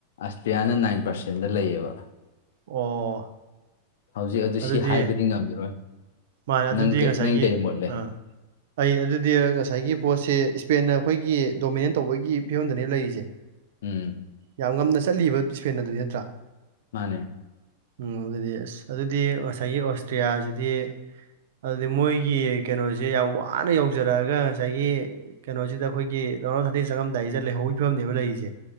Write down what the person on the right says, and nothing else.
ꯑꯣ
ꯑꯗꯨꯗꯤ
ꯃꯥꯅꯦ ꯑꯗꯨꯗꯤ
ꯉꯁꯥꯏꯒꯤ
ꯑꯥ ꯑꯩ ꯑꯗꯨꯗꯤ ꯉꯁꯥꯏꯒꯤ ꯄꯣꯠꯁꯦ ꯏꯁꯄꯦꯟꯅ ꯑꯩꯈꯣꯏꯒꯤ ꯗꯣꯃꯤꯅꯦꯠ ꯇꯧꯕꯒꯤ ꯐꯤꯕꯝꯗꯅꯦ ꯂꯩꯔꯤꯁꯦ
ꯌꯥꯝ ꯉꯝꯅ ꯆꯠꯂꯤꯕ ꯏꯁꯄꯦꯟ ꯑꯗꯨꯗꯤ ꯅꯠꯇ꯭ꯔꯥ
ꯎ ꯑꯗꯨꯗꯤ ꯑꯁ ꯑꯗꯨꯗꯤ ꯉꯁꯥꯏꯒꯤ ꯑꯣꯁꯇ꯭ꯔꯤꯌꯥꯁꯤꯗꯤ ꯑꯗꯨꯗꯤ ꯃꯣꯏꯒꯤ ꯀꯩꯅꯣꯁꯦ ꯌꯥꯝ ꯋꯥꯅ ꯌꯧꯖꯔꯛꯑꯒ ꯉꯁꯥꯏꯒꯤ ꯀꯩꯅꯣꯁꯤꯗ ꯑꯩꯈꯣꯏꯒꯤ ꯔꯥꯎꯅꯥ ꯊꯥꯇꯤꯟ ꯆꯪꯉꯝꯗꯥꯏꯁꯦ ꯂꯩꯍꯧꯕꯒꯤ ꯐꯤꯕꯅꯦꯕ ꯂꯩꯔꯤꯁꯦ